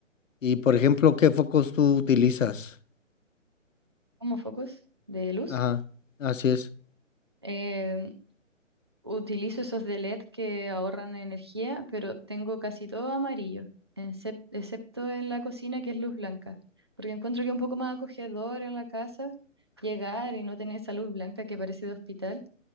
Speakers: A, on the left (about 75°); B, on the right (about 20°).
A: Y por ejemplo, ¿qué focos tú utilizas?
B: Como focos de luz,
A: Ajá, así es,
B: eh, utilizo esos de LED que ahorran energía, pero tengo casi todo amarillo, encep- excepto en la cocina que es luz blanca, porque encuentro que es un poco más acogedor en la casa llegar y no tener esa luz blanca que parece de hospital.